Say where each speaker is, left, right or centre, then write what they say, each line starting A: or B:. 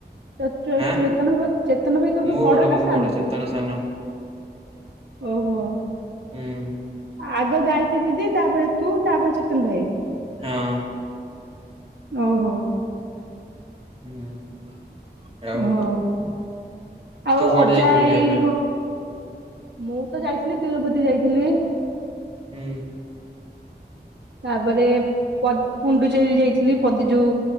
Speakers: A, on the right (about 75°); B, on the right (about 35°).
A: ତ ଚ
B: ଆଁ
A: ଚେତନ ଭ ଚେତନ ଭାଇ ତୋଠୁ
B: ମୁଁ
A: ବଡ ନା
B: ମୁଁ
A: ସାନ?
B: <unintelligible> ସାନ।
A: ଓହୋ।
B: ହୁଁ।
A: ଆଗ ଗାୟତ୍ରୀ ଦିଦି ତାପରେ ତୁ ତାପରେ ଚେତନ ଭାଇ।
B: ହଁ
A: ଓହୋ।
B: ହୁଁ। ଆଉ
A: ଓହୋ। ଆଉ
B: ତୁ କୁଆଡେ
A: ଅଜା
B: ଯାଇଛୁ
A: ଆଇ
B: ବୁଲିବା ପାଇଁ?
A: ଗ ମୁଁ ତ ଯାଇଥିଲି ତିରୁପତି ଯାଇଥିଲି।
B: ହୁଁ।
A: ତାପରେ ପଦୀ ପୁଣ୍ଡୁଚେରୀ ଯାଇଥିଲି ଯୋଉ